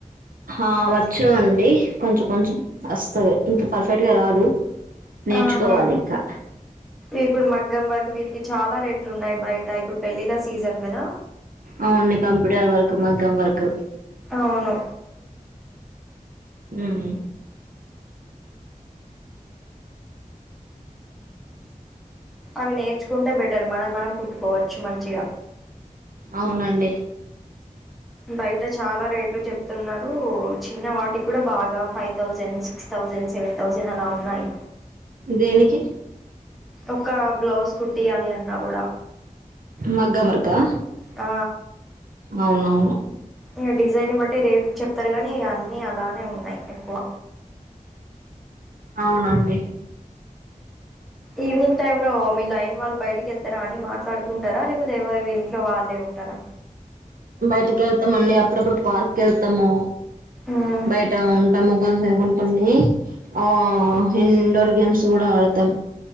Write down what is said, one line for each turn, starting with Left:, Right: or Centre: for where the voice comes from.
Right: ఆ వచ్చు అండి కొంచెం కొంచెం వస్తది ఇంకా పర్ఫెక్ట్గా రాదు నేర్చుకోవాలి
Centre: ఆహా
Right: ఇంకా
Centre: ఇప్పుడు మగ్గం వర్క్ వీటికి చాలా రేట్లు ఉన్నాయి బయట ఇప్పుడు పెళ్ళిళ్ళ సీజన్ కదా
Right: అవులీ కంప్యూటర్ వర్క్ మగ్గం వర్క్
Centre: అవును
Right: ఉహు
Centre: అవి నేర్చుకుంటె బెటర్ మనవి మనం కుట్టుకోవచ్చు మంచిగ
Right: అవునండి
Centre: బై టే చాలా రేట్లు చెప్తున్నారు చిన్న వాటికి కూడ బాగా five thousand, six thousand, seven thousand అలా ఉన్నాయి
Right: దేనికి
Centre: ఒక బ్లౌజ్ కుట్టియ్యాలి అన్నా కూడ
Right: మగ్గం వర్కా
Centre: ఆ
Right: అవునవును
Centre: ఇగ డిజైన్ బట్టి రేట్ చెప్తారు గానీ ఇగ అన్నీ అలానే ఉన్నాయి ఎక్కువ
Right: అవునండి
Centre: ఈవినింగ్ టైమ్ లో మీ లైన్ వాళ్ళు బయటకి వెళ్తారా, అని మాట్లాడుకుంటారా లేకపోతే ఎవరి ఇంట్లో వాళ్ళే ఉంటరా.
Right: బయటికి వెళ్తామ అండి అప్పుడప్పుడు పార్క్ వెళ్తాము
Centre: ఉమ్
Right: బయట ఉంటాము కొం సేపు న్ కొన్ని ఆ ఇండోర్ గేమ్స్ కూడా ఆడతాం